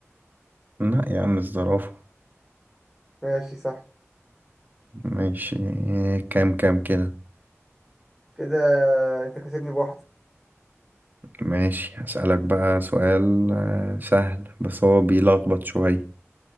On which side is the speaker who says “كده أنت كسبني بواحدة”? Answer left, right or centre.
Centre